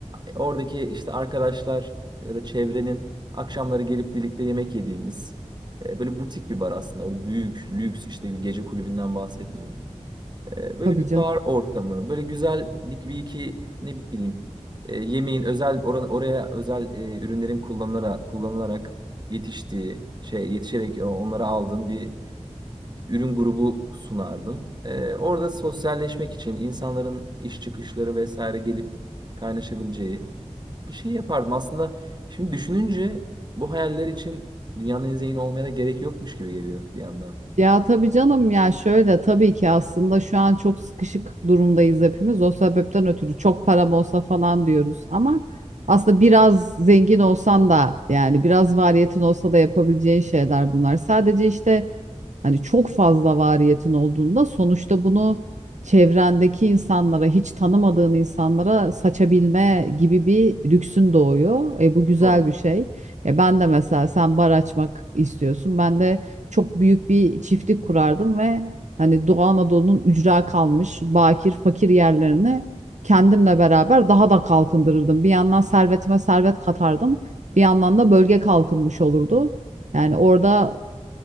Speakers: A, on the right; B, on the right.
A: oradaki işte arkadaşlar ya da çevrenin akşamları gelip birlikte yemek yediğimiz e, böyle butik bir bar aslında. Öyle büyük, lüks işte bir gece kulübünden bahsetmiyorum. E, böyle
B: tabii
A: bir
B: canım.
A: bar ortamı, böyle güzel bir, bir iki ne bileyim e, yemeğin özel oran- oraya özel e, ürünlerin kullanılarak, kullanılarak yetiştiği şey yetişerek e, onları aldığın bir ürün grubu sunardım. Ee, orada sosyalleşmek için insanların iş çıkışları vesaire gelip kaynaşabileceği bir şey yapardım. Aslında şimdi düşününce bu hayaller için dünyanın en zengin olmaya da gerek yokmuş gibi geliyor bir yandan.
B: Ya tabii canım ya şöyle tabii ki aslında şu an çok sıkışık durumdayız hepimiz. O sebepten ötürü çok param olsa falan diyoruz ama aslında biraz zengin olsan da yani biraz variyetin olsa da yapabileceğin şeyler bunlar. Sadece işte Hani çok fazla variyetin olduğunda sonuçta bunu çevrendeki insanlara, hiç tanımadığın insanlara saçabilme gibi bir lüksün doğuyor. E, bu güzel
A: Doğru.
B: bir şey. E, ben de mesela sen bar açmak istiyorsun. Ben de çok büyük bir çiftlik kurardım ve hani Doğu Anadolu'nun ücra kalmış bakir fakir yerlerini kendimle beraber daha da kalkındırırdım. Bir yandan servetime servet katardım. Bir yandan da bölge kalkınmış olurdu. Yani orada